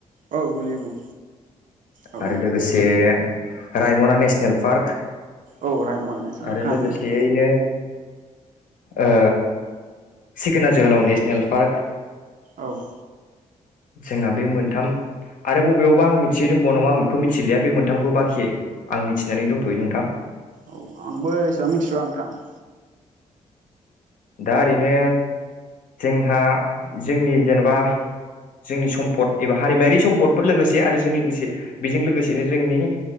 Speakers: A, on the right; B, on the left.
A: औ गोलैयो बुं औ
B: आरो
A: औ
B: लोगोसे रायमना नेसनेल पार्क
A: औ राइमना नोसनेल
B: आरो
A: खोनादों।
B: लोगोसेयैनो ओ सिखोना जोहोलाव नेसनेल पार्क
A: औ
B: जोंहा बे मोनथाम आरो बबेयावबा आं मिथियै दंबावो नामा आं बेखौ मिथिलिया बे मोनथामखौ बाखियै आं मिथिनानै दंथ'यो नोंथां
A: औ आंबो एसेबां मिथिसआ नोंथां।
B: दा ओरैनो जोंहा जोंनि जेनेबा जोंनि सम्पद एबा हारिमायारि सम्पद बे लोगोसे आरो जों लोगोसे बेजों लोगोसेनो जोंनि